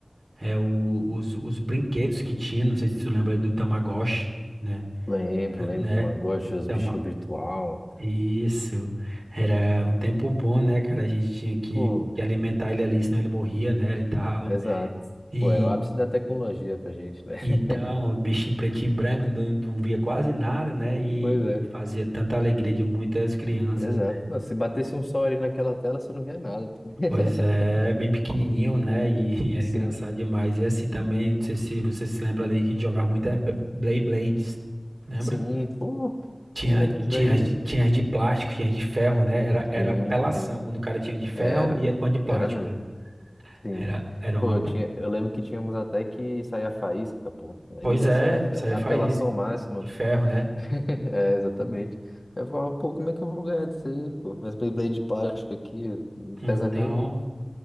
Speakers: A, on the right (about 75°); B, on the left (about 45°).
A: é o- os, os brinquedos que tinha. Não sei se tu lembra aí do Tamagotchi, né?
B: Lembro, lembro
A: né?
B: que Tamagotchi, os
A: Então,
B: bichinhos
A: uma-
B: virtual.
A: isso. Era um tempo bom, né, cara? A gente tinha que,
B: Pô,
A: que alimentar ele ali, senão ele morria, né? E tal.
B: exato.
A: E
B: Pô, era o ápice da tecnologia pra gente, né? <laughs>
A: então, o bichinho pretinho e branco, não, não via quase nada, né? E,
B: Pois é,
A: e fazia tanta alegria de muitas crianças,
B: exato.
A: né?
B: Não, se batesse um sol ali naquela tela, você não via nada. <laughs>
A: Pois é, é bem pequenininho, né? E, <laughs> e era
B: Sim.
A: engraçado demais. E assim também, não sei se você se lembra ali que jogava muito é Beyblades. Lembra?
B: Sim, pô,
A: Tinha,
B: pô,
A: tinha,
B: isso daí.
A: as de- tinha as de plástico, tinha as de ferro, né? Era, era
B: Sim,
A: apelação.
B: sim.
A: Quando o cara tinha de ferro,
B: Era.
A: ia com a de plástico,
B: Era mesmo.
A: né?
B: Sim.
A: Era, era
B: Pô,
A: uma. pe-
B: eu tinha, eu lembro que tínhamos até que sair a faísca, pô. Aí
A: Pois
B: essa
A: é,
B: era a ape-
A: saía
B: a
A: faísca
B: apelação máxima,
A: de ferro,
B: pô.
A: né?
B: <laughs> É, exatamente. Eu falava, pô, como é que eu vou ganhar disso aí, pô? Mas Beyblade de plástico aqui, não
A: Então,
B: pesa nem,